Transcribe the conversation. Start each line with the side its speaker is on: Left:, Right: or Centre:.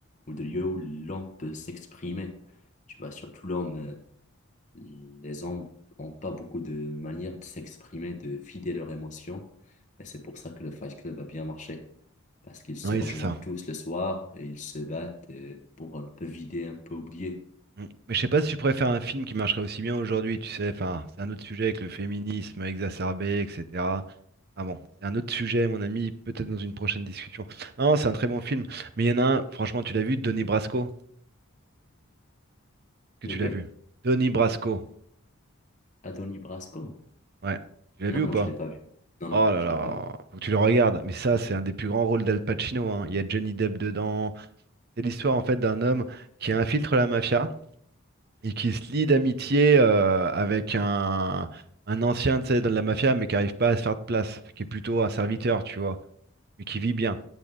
Left: ou de lieu où l'homme peut s'exprimer. Tu vois, surtout l'homme, euh, les hommes ont pas beaucoup de manières de s'exprimer, de vider leurs émotions. Et c'est pour ça que le Fight Club a bien marché. Parce qu'ils se
Right: oui,
Left: rejoignent
Right: c'est ça.
Left: tous le soir et ils se battent euh, pour un peu vider, un peu oublier.
Right: Mm. Mais je sais pas si tu préfères un film qui marcherait aussi bien aujourd'hui, tu sais. Enfin, c'est un autre sujet avec le féminisme exacerbé, etc. Ah bon, c'est un autre sujet, mon ami, peut-être dans une prochaine discussion. Non, c'est un très bon film, mais il y en a un, franchement, tu l'as vu, Donnie Brasco, Est-ce
Left: Lequel?
Right: que tu l'as vu. Donnie Brasco,
Left: Adonis Brasco?
Right: ouais, tu l'as
Left: Non,
Right: vu ou
Left: non,
Right: pas?
Left: je l'ai pas vu. Non, non,
Right: Oh là
Left: je
Right: là,
Left: l'ai pas vu.
Right: faut que tu le regardes, mais ça, c'est un des plus grands rôles d'Al Pacino, hein. Il y a Johnny Depp dedans. C'est l'histoire, en fait, d'un homme qui infiltre la mafia et qui se lie d'amitié euh, avec un, un ancien, tu sais, de la mafia, mais qui n'arrive pas à se faire de place, qui est plutôt un serviteur, tu vois, mais qui vit bien.